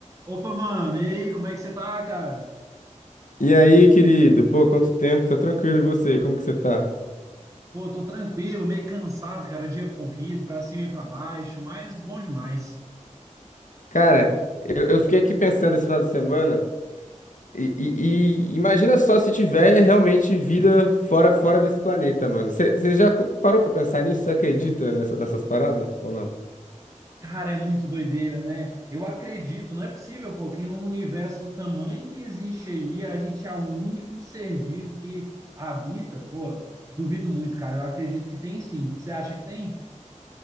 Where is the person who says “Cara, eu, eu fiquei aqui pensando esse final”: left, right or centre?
Left